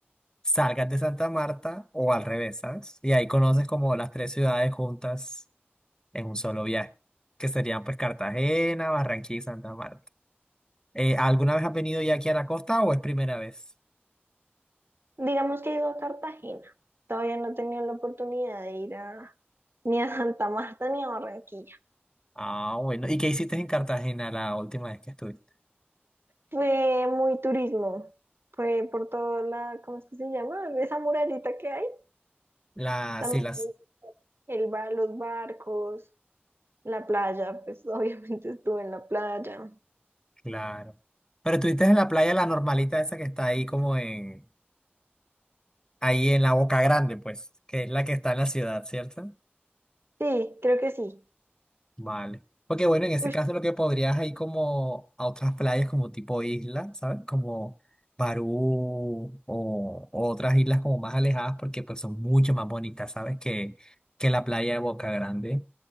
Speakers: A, on the left (about 20°); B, on the right (about 75°).
A: salgas de Santa Marta o al revés, ¿sabes? Y ahí conoces como las tres ciudades juntas. en un solo viaje, que serían pues Cartagena, Barranquilla y Santa Marta. Eh, ¿alguna vez has venido ya aquí a la costa o es primera vez?
B: Digamos que he ido a Cartagena. Todavía no he tenido la oportunidad de ir a, ni a Santa Marta ni a Barranquilla.
A: Ah, bueno. ¿Y qué hiciste en Cartagena la última vez que estuviste?
B: Fue muy turismo. Fue por toda la, ¿cómo es que se llama? Esa murallita que hay.
A: Las
B: También
A: sí, las,
B: fue el bar, los barcos, la playa, pues <laughs> obviamente estuve en la playa.
A: claro. Pero estuviste en la playa, la normalita esa que está ahí como en, ahí en la Boca Grande, pues, que es la que está en la ciudad, ¿cierto?
B: Sí, creo que sí.
A: Vale. Porque bueno, en ese
B: Ush,
A: caso lo que podrías ir como a otras playas como tipo isla, ¿sabes? Como Barú o, o otras islas como más alejadas porque pues son mucho más bonitas, ¿sabes? Que, que la playa de Boca Grande.